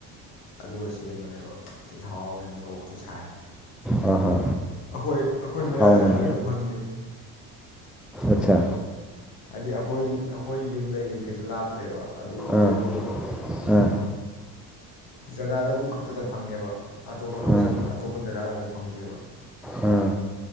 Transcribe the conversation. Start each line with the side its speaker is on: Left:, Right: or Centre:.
Left: ꯑꯗꯨꯒ ꯁꯦꯝꯕꯅꯦꯕ ꯇꯤꯜꯍꯥꯎꯅꯤ ꯃꯣꯔꯣꯛꯇꯤ ꯁꯥꯏ
Centre: ꯑꯥ ꯍꯥ
Left: ꯑꯩꯈꯣꯏ ꯑꯩꯈꯣꯏ ꯃꯌꯥꯗ
Centre: ꯍꯥꯎꯅꯤ
Left: ꯉꯥꯛꯇꯔꯤꯕ ꯐꯪꯉꯤꯁꯦ
Centre: ꯑꯠꯆꯥ
Left: ꯍꯥꯏꯗꯤ ꯑꯩꯈꯣꯏ ꯑꯩꯈꯣꯏ ꯌꯨꯝ ꯂꯩꯔꯤ ꯀꯩꯁꯨ ꯂꯥꯞꯇ꯭ꯔꯦꯕ ꯑꯗꯨ
Centre: ꯑꯥ
Left: ꯂꯩꯐꯝꯗꯣ
Centre: ꯑꯥ
Left: ꯖꯒꯥꯗꯣ ꯑꯗꯨ ꯈꯛꯇꯗ ꯐꯪꯉꯦꯕ ꯑꯇꯣꯞꯄ ꯀꯛꯆꯤꯡ
Centre: ꯑꯥ
Left: ꯑꯇꯣꯞꯄ ꯖꯒꯥꯗ ꯑꯃꯨꯛ ꯐꯪꯗꯦꯕ
Centre: ꯑꯥ